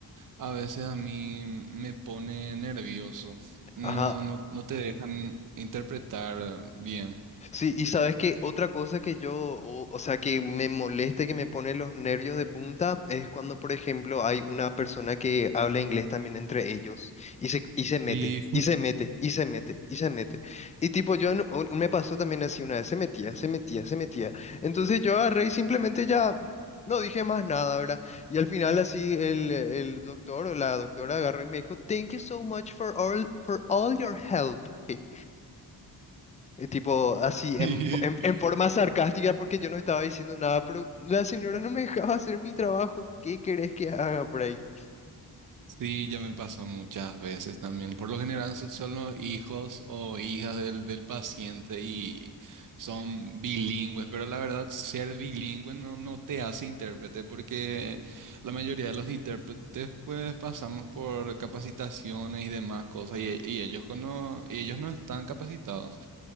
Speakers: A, on the right; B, on the left.
A: a veces a mí me pone nervioso. No,
B: Ajá,
A: no, no te dejan interpretar bien.
B: Sí, y sabes que otra cosa que yo, o, o sea, que me molesta, y que me pone los nervios de punta, es cuando, por ejemplo, hay una persona que habla inglés también entre ellos y se, y se mete,
A: Sí,
B: y se mete, y se mete, y se mete. Y tipo, yo en- un- me pasó también así una vez, se metía, se metía, se metía. Entonces yo agarré y simplemente ya no dije más nada, ¿verdad? Y al final así el, el doctor o la doctora agarró y me dijo, Thank you so much for all, for all your help. Hey, eh, tipo así,
A: <laughs>
B: en, fo- en, en forma sarcástica, porque yo no estaba diciendo nada, pero la señora no me dejaba hacer mi trabajo. ¿Qué querés que haga por ahí?
A: Sí, ya me pasó muchas veces también. Por lo general so- son los hijos o hijas del, del paciente y son bilingües, pero la verdad ser bilingüe no, no te hace intérprete porque la mayoría de los intérpretes pues pasamos por capacitaciones y demás cosas y, e- y ellos cono- y ellos no están capacitados.